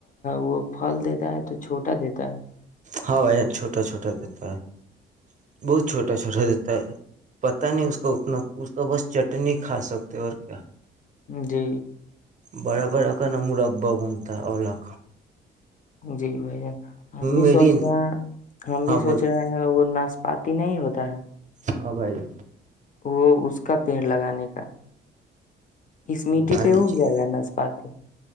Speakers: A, on the left; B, on the right.
A: وہ پھل دیتا ہے تو چھوٹا دیتا ہے
B: ہاں بھائی یہ چھوٹا چھوٹا کہتا ہے بہت چھوٹا چھوٹا دیتا ہے پتا نہیں اس کو اتنا اس کا بس چٹ چٹنی کھا سکتے اور کیا
A: جی
B: برابر اکا ن م ر اببا بنتا ہے اورلا کا
A: جی ب ہم بھی
B: میری
A: سوچ رہے ہیں ہم بھی
B: ہاں
A: سوچ
B: بولی
A: رہے ہیں وہ ن پاتی نہیں ہوتا ہے
B: ہاں بھائی ج
A: وہ اس کا پیڑ لگانے کا اس مٹی
B: لگا
A: پہ
B: لیجیے
A: اگ جائے گا نسپاتے